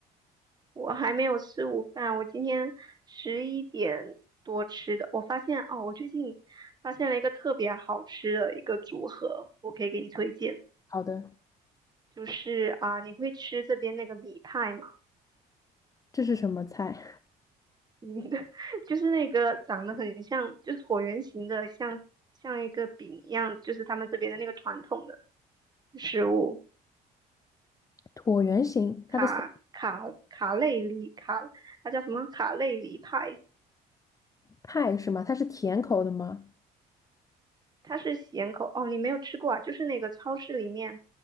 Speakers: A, on the right; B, on the left.
A: 我还没有吃午饭，我今天十一点多吃的。我发现哦，我最近发现了一个特别好吃的一个组合，我可以给你推荐。
B: 好的，
A: 就是啊、你会吃这边那个米派吗？
B: 这是什么菜？
A: 嗯，<laughs> 就是那个长得很像，就是椭圆形的，像像一个饼一样，就是他们这边的那个传统的食物。
B: 椭圆形，它的形
A: 卡卡卡累里卡，它叫什么卡累里派，
B: 派是吗？它是甜口的吗？
A: 它是咸口。哦，你没有吃过啊？就是那个超市里面，